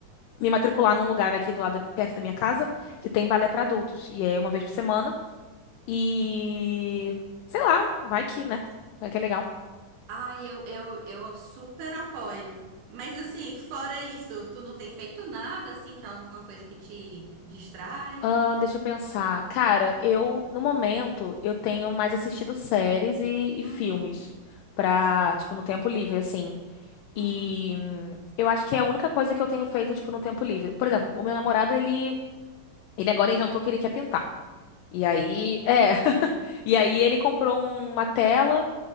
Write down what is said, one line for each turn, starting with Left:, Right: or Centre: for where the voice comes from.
Left: me matricular num lugar aqui do lado, perto da minha casa, que tem balé pra adultos. E é uma vez por semana. E sei lá, vai que, né? Vai que é legal.
Right: Ai, eu, eu, eu super apoio. Mas assim, fora isso, tu não tem feito nada assim, que é alguma coisa que te distraia?
Left: ah deixa eu pensar. Cara, eu, no momento, eu tenho mais assistido séries e, e
Right: Uhum,
Left: filmes pra,
Right: sim.
Left: tipo, no tempo livre, assim. E
Right: Uhum,
Left: hum, eu acho que é a única coisa que eu tenho feito, tipo, no tempo livre. Por exemplo, o meu namorado, ele, ele agora inventou que ele quer pintar. E aí, é. <laughs> E aí ele comprou uma tela.